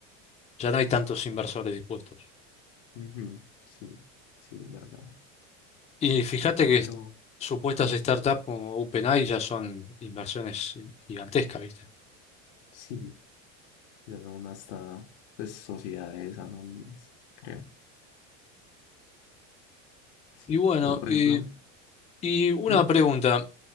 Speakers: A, on the left; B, on the left.
A: Ya no hay tantos inversores dispuestos.
B: ujú, Sí, sí, es verdad.
A: Y fíjate que
B: Pero
A: supuestas startups como OpenAI ya son inversiones gigantescas, ¿viste?
B: sí, ya son hasta pues, sociedades anónimas, creo. Sí.
A: Y bueno,
B: Pero por
A: y,
B: ejemplo,
A: y una
B: mm,
A: pregunta.